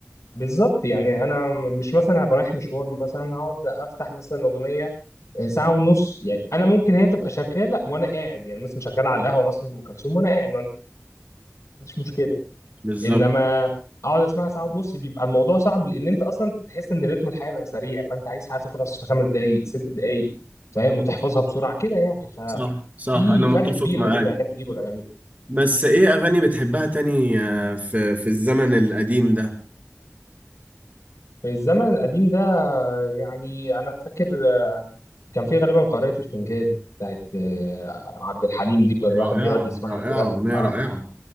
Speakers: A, on the left; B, on the right.
A: بالظبط يعني انا مش مثلا هبقى رايح مشوار مثلا هقعد افتح مثلا اغنيه آه، ساعه ونص يعني انا ممكن هي تبقى شغاله وانا قاعد يعني مثلا شغاله على القهوه مثلا ام كلثوم وانا قاعد ما عنديش مشكله
B: بالظبط
A: انما اقعد اسمعها ساعه ونص بيبقى الموضوع صعب لان انت اصلا تحس ان رتم الحياه بقى سريع فانت عايز حاجه تخلص في خمس دقائق ست دقائق فاهم وتحفظها بسرعه كده يعني ف
B: صح صح
A: في
B: انا متفق
A: فرق كبير
B: معاك
A: ما بين الاغاني دي والاغاني دي
B: بس ايه اغاني بتحبها تاني آه، في في الزمن القديم ده
A: الزمن القديم ده يعني انا فاكر كان في غالبا قارئة الفنجان بتاعت آه، عبد الحليم دي كان الواحد
B: رائعه
A: بيقعد يسمعها
B: رائعه
A: كده
B: اغنيه
A: آه،
B: رائعه